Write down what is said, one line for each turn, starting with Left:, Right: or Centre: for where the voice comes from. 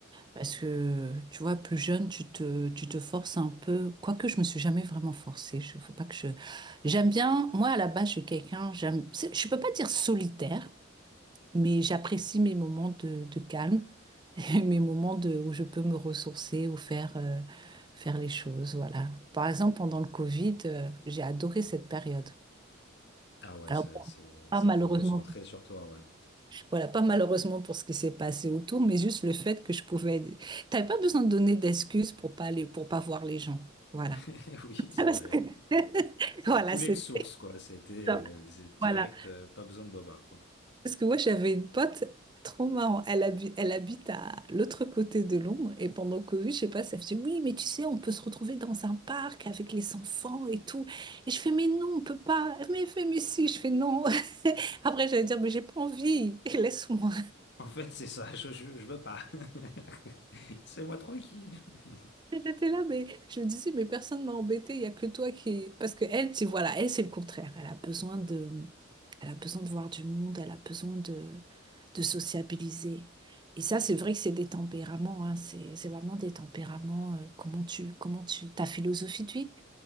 Right: parce que, tu vois, plus jeune, tu te, tu te forces un peu. Quoique, je me suis jamais vraiment forcée. Je, faut pas que je. J'aime bien. Moi, à la base, je suis quelqu'un. J'aime. c'est- Je peux pas dire solitaire, mais j'apprécie mes moments de, de calme <laughs> et mes moments de où je peux me ressourcer ou faire euh, faire les choses. Voilà. Par exemple, pendant le Covid, euh, j'ai adoré cette période.
Left: Ah ouais,
Right: Alors,
Left: ça,
Right: bon,
Left: ça,
Right: pas
Left: ça
Right: malheureusement
Left: t'a recentré sur toi, ouais.
Right: Voilà, pas malheureusement pour ce qui s'est passé autour, mais juste le fait que je pouvais. T'avais pas besoin de donner d'excuses pour pas aller, pour pas voir les gens. Voilà.
Left: <laughs> Oui,
Right: <laughs>
Left: c'est
Right: Parce
Left: vrai.
Right: que- <laughs>
Left: Ça
Right: Voilà,
Left: coulait
Right: c'est
Left: de source, quoi. C'était
Right: ça.
Left: euh, c'est direct,
Right: Voilà.
Left: euh, pas besoin de bobard, quoi.
Right: Parce que moi, j'avais une pote trop marrant. Elle habite, elle habite à l'autre côté de Londres et pendant Covid, je sais pas, ça faisait oui, mais tu sais, on peut se retrouver dans un parc avec les enfants et tout. Et je fais mais non, on peut pas. Mais elle fait mais si, je fais non. <laughs> Après, j'allais dire mais j'ai pas envie. <laughs> Laisse-moi.
Left: En fait, c'est ça, je, je, je veux pas. <laughs> C'est moi tranquille. <laughs>
Right: J'étais là, mais je me disais, mais personne m'a embêtée, il n'y a que toi qui... Parce que elle, tu voilà, elle, c'est le contraire. Elle a besoin de... Elle a besoin de voir du monde, elle a besoin de, de sociabiliser. Et ça, c'est vrai que c'est des tempéraments, hein, C'est, c'est vraiment des tempéraments, euh, comment tu, comment tu, ta philosophie de vie.